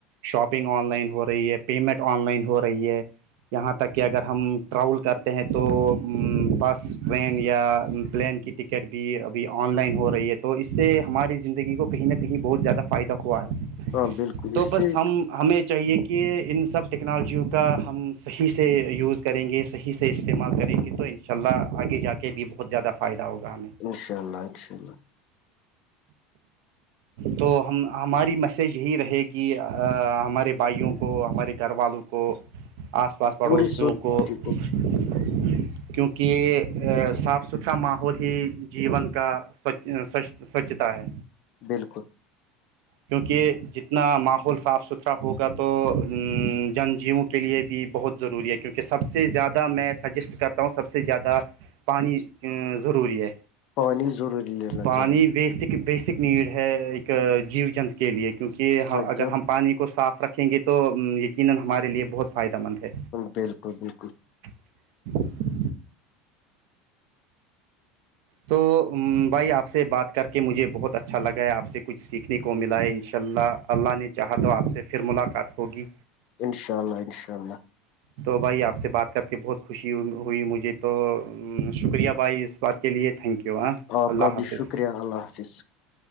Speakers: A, on the right (about 65°); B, on the left (about 55°).
A: شاپنگ آن لائن ہو رہی ہے پیمنٹ آن لائن ہو رہی ہے یہاں تک کہ اگر ہم ٹراول کرتے ہیں تو بس ٹرین یا پلین کی ٹکٹ ٹکٹ بھی ابھی آن لائن ہو رہی ہے تو اس سے ہماری زندگی کو کہیں نہ کہیں بہت زیادہ فائدہ ہوا ہے
B: ہاں بالکل
A: تو
B: اس
A: بس
B: سے
A: ہم ہمیں چاہیے کہ ان سب ٹیکنالوجیوں کا ہم صحیح سے یوز کریں گے صحیح سے استعمال کریں گے تو ان شاء اللہ آگے جا کے بھی بہت زیادہ فائدہ ہوگا ہمیں
B: انشاء اللہ انشاء اللہ
A: تو ہم ہماری میسج یہی رہے گی ہمارے بھائیوں کو ہمارے گھر والوں کو آس پاس پڑوسیوں
B: پوری سوسائٹی
A: کو <unintelligible> کیونکہ یہ صاف ستھرا ماحول ہی جیون کا سچ سچ سوچھتا ہے
B: بالکل
A: کیونکہ جتنا ماحول صاف ستھرا ہوگا تو جن جی کے لیے بھی بہت ضروری ہے کیونکہ سب سے زیادہ میں سجیسٹ کرتا ہوں سب سے زیادہ پانی ضروری ہے
B: پانی ضروری لینا
A: پانی
B: چاہیے
A: بیسک بیسک نیڈ ہے ایک جیو جنتر کے لیے کیونکہ
B: اور
A: اگر
B: جب
A: ہم پانی مساف رکھیں گے تو یقینا ہمارے لیے بہت فائدہ مند ہے
B: بالکل بالکل
A: <unintelligible> تو بھائی آپ سے بات کر کے مجھے بہت اچھا لگا ہے آپ سے کچھ سیکھنے کو ملا ہے ان شاء اللہ اللہ نے چاہا تو آپ سے پھر ملاقات ہوگی
B: انشاء اللہ انشاء اللہ
A: تو بھائی آپ سے بات کر کے بہت خوشی ہوئی مجھے تو شکریہ بھائی اس بات کے لیے تھینک یو ہاں
B: آپ
A: اللہ
B: کا بھی
A: حافظ
B: شکریہ اللہ حافظ